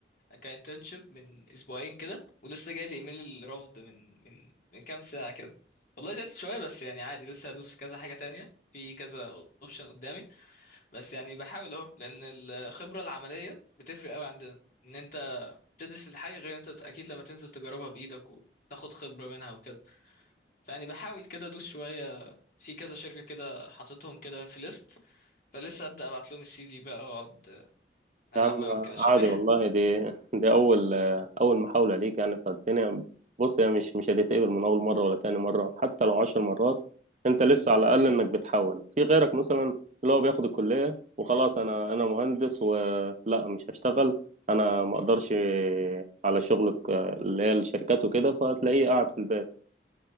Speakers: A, on the left; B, on the right.
A: كانترنشيب من اسبوعين كده ولسه جاي لي ايميل الرفض من من من كام ساعة كده والله زعلت شوية بس يعني عادي لسه هدوس في كذا حاجة تانية في كذا اوبشن قدامي بس يعني بحاول اهو لان الخبرة العملية بتفرق قوي عندنا ان انت تدرس الحاجة غير انت اكيد لما تنزل تجربها بايدك وتاخد خبرة منها وكده فيعني بحاول كده ادوس شوية في كذا شركة كده حاططهم كده في ليست فلسه ابدا ابعت لهم السي في بقى واقعد العب
B: يا عم
A: معاهم كده شوية
B: عادي والله دي دي أول أول محاولة ليك يعني فالدنيا بص هي مش مش هتتقبل من أول مرة ولا تاني مرة حتى لو عشر مرات أنت لسه على الأقل إنك بتحاول في غيرك مثلا اللي هو بياخد الكلية وخلاص أنا أنا مهندس ولا مش هشتغل أنا ما أقدرش على شغلك اللي هي الشركات وكده فتلاقيه قاعد في البيت